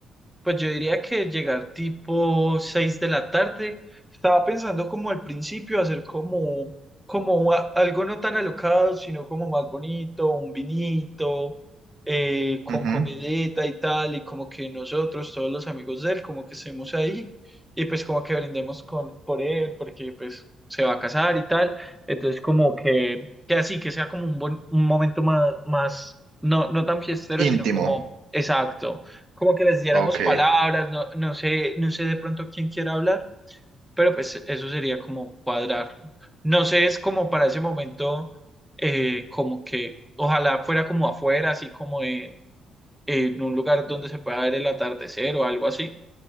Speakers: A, in the centre; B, on the right.
A: Pues yo diría que llegar tipo 6 de la tarde. Estaba pensando como al principio hacer como, como a- algo no tan alocado, sino como más bonito, un vinito, eh, con
B: Ujú.
A: comidita y tal, y como que nosotros, todos los amigos de él, como que estemos ahí, y pues como que brindemos con, por él, porque pues se va a casar y tal. Entonces como que, que así, que sea como un, buen, un momento más, más, no, no tan fiestero,
B: Íntimo.
A: sino como exacto como que les diéramos
B: Ok.
A: palabras, no, no sé, no sé de pronto quién quiera hablar, pero pues eso sería como cuadrarlo. No sé, es como para ese momento, eh, como que ojalá fuera como afuera, así como en, en un lugar donde se pueda ver el atardecer o algo así.